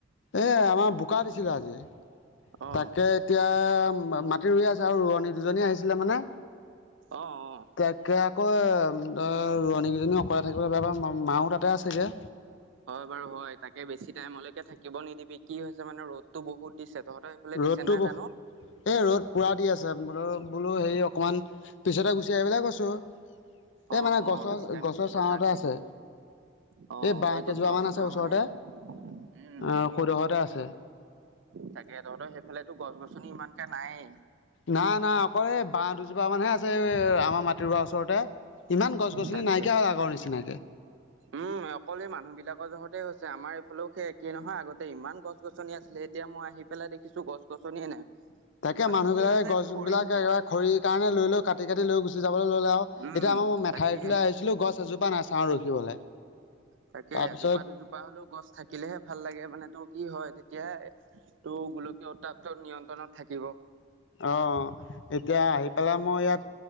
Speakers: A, on the left (about 60°); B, on the right (about 65°).
A: এ আমাৰ বোকা দিছিলে আজি।
B: অ
A: তাকে এতিয়া মাটি ৰুই আছে, আৰু ৰোৱনী দুজনী আহিছিলে মানে।
B: অ অ
A: তাকে আকৌ ধৰ ৰোৱনী কেইজনীও অকলে থাকিবলে বেয়া পাই মাও তাতে আছেগে।
B: হয়, বাৰু হয়, তাকে বেছি টাইমলেকে থাকিব নিদিবি, কি হৈছে মানে ৰ'দটো বহুত দিছে, তহঁতৰ সেইফালে
A: ৰ'দতো
B: দিছে নাই
A: ব
B: জানো
A: এই ৰ'দ পোৰা দি আছে, বুলো বুলো হেৰি অকমান পিছতে গুচি আহিবলে কৈছোঁ। এ
B: অ
A: মানে
B: অ
A: গছৰ-
B: বেছি টাইম
A: গছৰ
B: থাকিব
A: চাঁহতে
B: শাক দিবি
A: আছে।
B: অ
A: এ বাঁহ
B: সেই গছৰ
A: কেইজোপ মান
B: ছাঁ
A: আছে ওচৰতে,
B: মানে
A: আহ
B: উম
A: সেইদখতে আছে।
B: তাকে তহঁতৰ সেইফালেতো গছ-গছনি ইমানকে নায়েই।
A: নাই নাই অকল এই বাঁহ দুজোপা মানহে আছে, আমাৰ মাটি ৰুৱাৰ ওচৰতে। ইমান গছ-গছনি
B: তাকে।
A: নাইকিয়া হল আগৰ নিচিনাকে।
B: উম অকল এই মানুহ বিলাকৰ জহতেই হৈছে, আমাৰ এইফালও সেই একেই নহয় আগতে ইমান গছ গছনি আছিলে, এতিয়া মই আহি পেলাই দেখি খিছোঁ গছ-গছনিয়ে নাই।
A: তাকে
B: মানে
A: মানুহবিলাকে
B: কি হৈছে
A: গছবিলাক
B: খৰি
A: একেবাৰে খৰিৰ কাৰণে লৈ লৈ কাটি কাটি লৈ গুচি যাবলৈ ললে আৰু।
B: উম
A: এতিয়া মোৰ মেঠাইৰিটোলৈ
B: তাকে
A: আহিছিলোঁ, গছ এজোপা নাই চাহ ৰখিবলৈ।
B: তাকে
A: তাৰপিছত
B: এজোপা, দুজোপা হলেওঁ গছ থাকিলেহে ভাল লাগে মানে ত' কি হয় তেতিয়া তো গোলকীয় উত্তাপতো নিয়ন্ত্ৰণত থাকিব।
A: অ', এতিয়া আহি পেলাই মই ইয়াত